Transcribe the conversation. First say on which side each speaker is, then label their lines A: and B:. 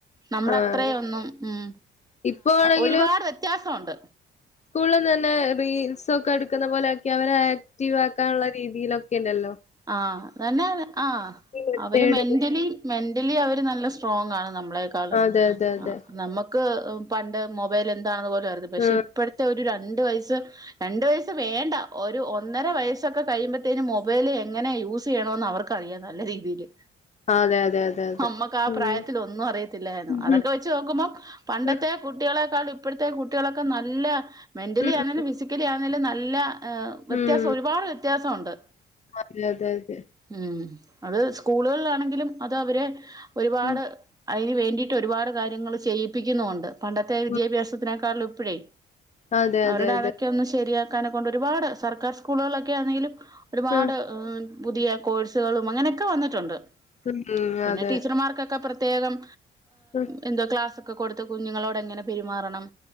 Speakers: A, on the right (about 20°); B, on the left (about 35°).
A: നമ്മുടെ
B: ആഹ്
A: അത്രയെന്നും ഉം
B: ഇപ്പൊ ആണെങ്കില്
A: ഒരുപാട് വ്യത്യാസ്യം ണ്ട്
B: സ്കൂളിൽ തന്നെ റീൽസ ഒക്കെ എടുക്കുന്ന പോലെയൊക്കെ അവരെ ആക്റ്റീവ് ആക്കാനുള്ള രീതിയിലൊക്കെ ണ്ടല്ലോ
A: ആഹ് അതന്നെ ആഹ്
B: മെത്തേഡ്
A: അവര് മെന്റലി മെന്റലി അവര് നല്ല സ്ട്രോങ്ങാണ് നമ്മളെക്കാൾ
B: അതെ അതെ അതെ
A: ആ നമ്മക്ക് പണ്ട് മൊബൈൽ എന്താണെന്ന് പോലെ അരുത് പക്ഷെ
B: ഉം
A: ഇപ്പോഴത്തെ ഒരു രണ്ട് വയസ്സ് രണ്ട് വയസ്സ് വേണ്ട ഒരു ഒന്നര വയസ്സൊക്കെ കഴിയുമ്പഴത്തേന് മൊബൈല് ങ്ങനെ യൂസെയ്യണോന്ന് അവർക്കറിയാ നല്ല രീതില്
B: അതെ അതെ അതെ അതെ അതെ
A: അമ്മക്കാപ്രായത്തില്
B: ഉം
A: ഒന്നും അറിയത്തില്ലായിര്ന്നു
B: ഉം
A: അതൊക്കെ വെച്ച് നോക്കുമ്പോം പണ്ടത്തെ
B: ഉം
A: കുട്ട്യാളെക്കാളും ഇപ്പഴത്തെ കുട്ട്യാളൊക്കെ നല്ല മെന്റലി
B: ഉം
A: ആണെലും ഫിസിക്കലി ആണെലും നല്ല എ വ്യത്യാസം
B: ഉം
A: ഒരുപാട് വ്യത്യാസൊണ്ട്
B: അതെ അതെ അതെ
A: ഉം അത് സ്കൂളുകളിലാണെങ്കിലും അത് അവരെ ഒരുപാട്
B: ഉം
A: അയ്ന് വേണ്ടിട്ട് ഒരുപാട് കാര്യങ്ങൾ ചെയ്യിപ്പിക്കുന്നുണ്ട് പണ്ടത്തെ വിദ്യാഭ്യാസത്തിനേക്കാളിലും
B: ഉം
A: ഇപ്പഴേ
B: അതെ അതെ
A: അവര്ടെ
B: അതെ
A: അതൊക്കൊന്ന് ശെരിയാക്കാനെ കൊണ്ട് ഒരുപാട് സർക്കാർ സ്കൂളുകളൊക്കെ ആന്നേലും ഒരുപാട്
B: ഉം
A: പുതിയ കോഴ്സുകളും അങ്ങനൊക്കെ വന്ന്ട്ടുണ്ട്
B: ഉം
A: പിന്നെ
B: അതെ
A: ടീച്ചർമാർക്കൊ ക്കെ പ്രത്യേകം
B: ഉം
A: എന്തോ ക്ലാസ്സൊക്കെ കൊട്ത്ത് കുഞ്ഞുങ്ങളോടെങ്ങനെ പെരുമാറണം